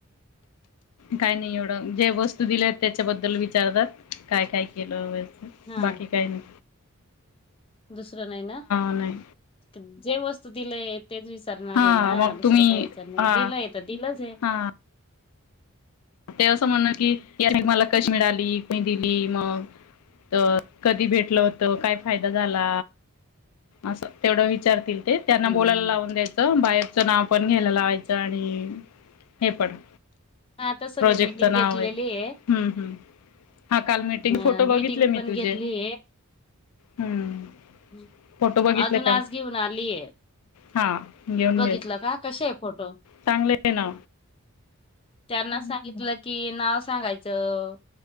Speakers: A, on the left; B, on the left.
A: काय नाही एवढं जे वस्तू दिले आहेत त्याच्याबद्दल विचारतात काय काय केलं व
B: हा
A: बाकी काही नई
B: दुसरं नाही ना
A: नाही
B: जे वस्त तू दिलय तेच विचारणाराय
A: हा
B: ना
A: मग
B: दुसरं
A: तुम्ही
B: काय विचारणार
A: हा
B: दिलंय तर दिलंचाय
A: हा ते असं म्हण की यानी मला कशी मिळाली दिली मग तर कधी भेटलं होतं काय फायदा झाला असं तेवढं विचारतील ते त्यांना
B: हम्म
A: बोलायला लावून द्यायचं बाहेर च नाव पण घ्यायला लावायचं आणि हे पण
B: हा तसं
A: प्रोजेक्ट
B: मी मीटिंग
A: तर नावय
B: घेतलेली
A: हो
B: आहे
A: हम्म हम्म हा काल मीटिंग
B: हा
A: फोटो बघितले
B: मीटिंग
A: मी
B: पण
A: तुझे
B: घेतली
A: हम्म
B: ह
A: फोटो बघितले
B: अजून
A: काल
B: आज घेऊन आलीय
A: हा घेऊन
B: बघितलं
A: घ्यायच
B: का कसेय फोटो
A: चांगलं आहे ना
B: त्यांना सांगितलं कि नाव सांगायचं